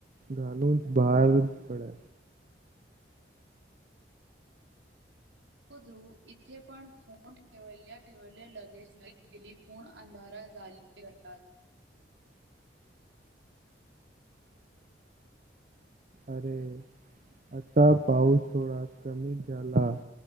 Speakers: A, on the right; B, on the right.
A: घालून बाहेर पड
B: ध्रुव इथे पण फोंन ठेवल्या ठेवल्या लगेच लाईट गेली. पूर्ण अंधारा झाले घरात.
A: अरे आता पाऊस थोडा कमी झाला